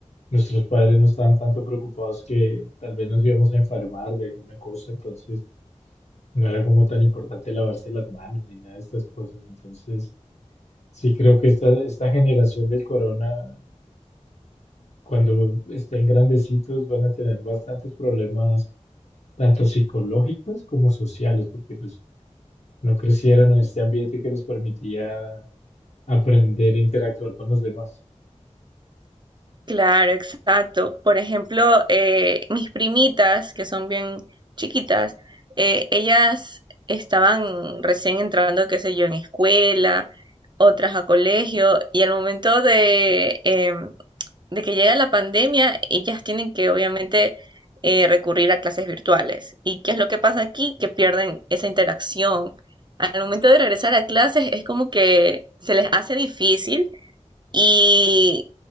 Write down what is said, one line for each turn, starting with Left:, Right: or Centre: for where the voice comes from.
Left: Nuestros padres no estaban tanto preocupados que tal vez nos íbamos a enfermar de alguna cosa, entonces no era como tan importante lavarse las manos ni nada de estas cosas. Entonces, sí creo que esta, esta generación del corona Cuando estén grandecitos van a tener bastantes problemas, tanto psicológicos como sociales, porque pues no crecieron en este ambiente que les permitía aprender e interactuar con los demás.
Right: Claro, exacto. Por ejemplo, eh, mis primitas, que son bien chiquitas, eh, ellas estaban recién entrando, qué sé yo, en escuela, otras a colegio, y al momento de, em, de que llega la pandemia, ellas tienen que obviamente eh, recurrir a clases virtuales. ¿Y qué es lo que pasa aquí? Que pierden esa interacción. Al momento de regresar a clases es como que se les hace difícil. Y